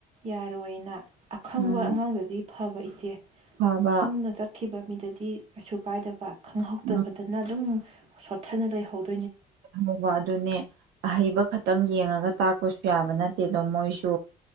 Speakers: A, on the right (about 40°); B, on the right (about 80°).
A: ꯌꯥꯔꯣꯏꯅ ꯑꯈꯪꯕ
B: ꯎꯝ
A: ꯑꯉꯥꯡꯗꯗꯤ ꯐꯕ ꯏꯆꯦ
B: ꯐꯕ
A: ꯈꯪꯅ ꯆꯠꯈꯤꯕ ꯃꯤꯗꯗꯤ ꯀꯩꯁꯨ ꯀꯥꯏꯗꯕ ꯈꯪꯍꯧꯗꯕꯗꯅ
B: ꯎꯝ
A: ꯑꯗꯨꯝ ꯁꯣꯠꯊꯅ ꯂꯩꯍꯧꯗꯦ
B: ꯍꯧꯕ ꯑꯗꯨꯅꯦ ꯑꯍꯩꯕ ꯈ ꯈꯤꯇꯪ ꯌꯦꯡꯉꯒ ꯇꯥꯛꯄꯁꯨ ꯌꯥꯕ ꯅꯠꯇꯦꯗꯣ ꯃꯣꯏꯁꯨ